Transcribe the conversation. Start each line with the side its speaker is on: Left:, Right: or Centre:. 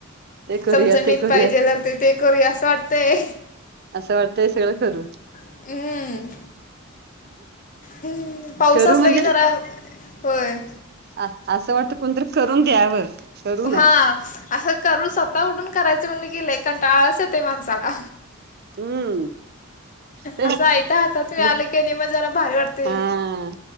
Right: ते करूया
Left: चमचमीत
Right: ते करूयात
Left: पाहिजेल ते ते करूया असं वाटतंय
Right: असं वाटतं हे सगळं करू
Left: हम्म हम्म पाऊस
Right: करू
Left: असला
Right: म्हणजे
Left: कि जरा होय
Right: अ असं वाटत कोणतरी करून द्यावं करू नये.
Left: हा असं करू स्वतः उठून करायचं म्हणले गेलं कण टाळस येतय माणसाला
Right: हम्म ते
Left: असं ऐता आता तुम्ही
Right: म
Left: आल की नाही मजाला भारी वाटते
Right: हा